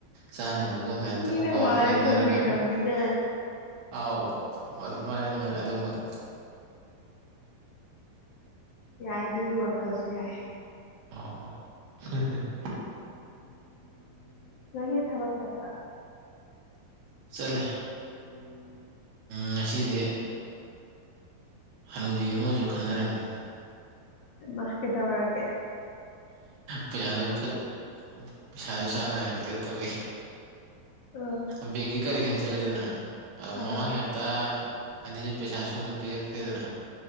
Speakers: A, on the right (about 80°); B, on the left (about 75°).
A: ꯆꯥꯅꯕꯗꯨꯒ ꯑꯗꯨꯃꯥꯏꯅ
B: ꯃꯤꯅ
A: ꯇꯧꯔꯒ
B: ꯋꯥꯅ
A: ꯌꯦꯛꯅꯔꯒ
B: ꯊꯣꯡꯕꯤꯔꯕꯅꯤꯅ
A: ꯑꯥꯎ ꯃꯥꯅꯦ ꯃꯥꯅꯦ ꯑꯗꯨꯃꯛ
B: ꯌꯥꯏ ꯑꯗꯨꯒꯤ ꯋꯥꯈꯜꯁꯨ ꯌꯥꯏ
A: <unintelligible>
B: <unintelligible> ꯊꯕꯥꯛ ꯆꯠꯄꯔꯥ
A: ꯆꯠꯂꯦ
B: ꯎꯝ
A: ꯉꯁꯤꯗꯤ ꯍꯅꯨꯕꯤ ꯑꯃꯁꯨ ꯈꯠꯅꯔꯝꯃꯤ
B: ꯃꯥ ꯀꯗꯧꯔꯒꯦ
A: ꯄꯩꯁꯥ ꯄꯩ ꯄꯩꯁꯥꯗ ꯆꯥꯡ ꯅꯥꯏꯅ ꯄꯤꯔꯛꯇꯕꯒꯤ
B: ꯑ
A: ꯕꯦꯡꯒꯤ ꯀꯔꯦꯛꯁꯟ ꯆꯠꯂꯦꯗꯅ ꯑꯗ ꯃꯃꯥꯡꯒꯤ
B: ꯑꯥ
A: ꯍꯞꯇꯥ ꯑꯅꯤꯁꯤꯅ ꯄꯩꯁꯥ ꯁꯨꯅ ꯄꯤꯔꯛꯇꯦꯗꯅ